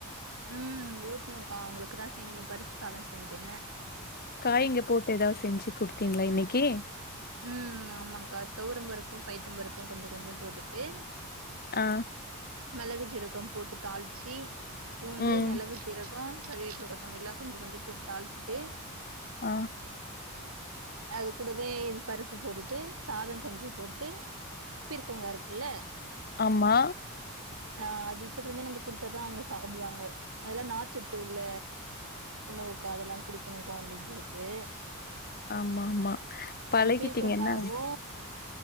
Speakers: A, on the right; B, on the left.
A: ம் ஊட்டணுக்கா அவுங்களுக்குதா செஞ்சே பருப்பு சாதோ செஞ்சே
B: காய்ங்க போட்டு ஏதாது செஞ்சு குடுத்தீங்களா இன்னைக்கி
A: ம் ஆமாக்கா தொவரம்பருப்பு பைத்தம்பருப்பு கொஞ்சோ கொஞ்சோ போட்டுட்டு
B: ஆ
A: மெளகு ஜீரகோ போட்டு தாளிச்சு பூண்டு
B: ம்.
A: மெளகு ஜீரகோ கறிவேப்பில கொத்தமல்லில்லா கொஞ்சோ கொஞ்சோ போட்டு தாளிச்சிட்டு
B: ஆ
A: அது கூடவே பருப்பு போட்டுட்டு சாதோ கொஞ்சோ போட்டுட்டு பிர்க்கங்கா இருக்குல்ல
B: ஆமா
A: ஆ அது இப்பத்துல இருந்தே நம்ம குடுத்தாதா அவுங்க சாப்புடுவாங்க அதெல்லா நார்ச்சத்து உள்ள உணவுக்கா அதெல்லா குடுக்குணு கொழந்தைங்களுக்கு
B: ஆமாமா. பழகிட்டீங்க
A: அந்த பீர்க்கங்காவு
B: என்ன?